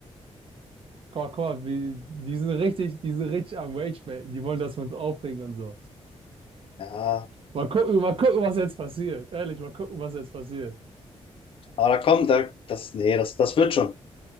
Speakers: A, on the right; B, on the left.
A: Guck, guck, wie, die sind richtig, die sind richtig am Rage, man. Die wollen, dass wir uns aufregen und so.
B: ja.
A: Mal gucken, mal gucken, was jetzt passiert. Ehrlich, mal gucken, was jetzt passiert.
B: Aber da kommt, da, das, nee, das, das wird schon.